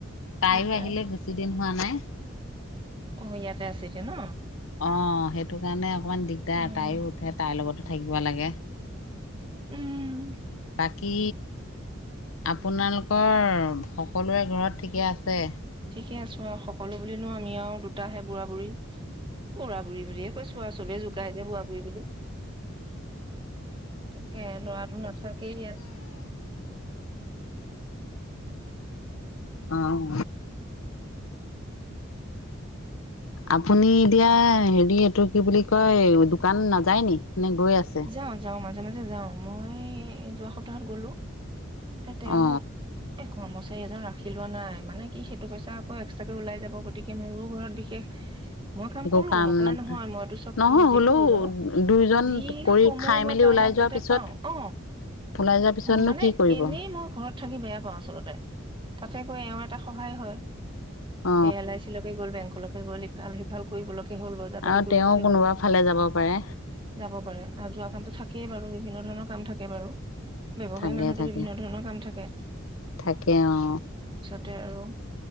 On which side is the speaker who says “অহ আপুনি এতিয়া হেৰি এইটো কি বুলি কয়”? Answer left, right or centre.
Left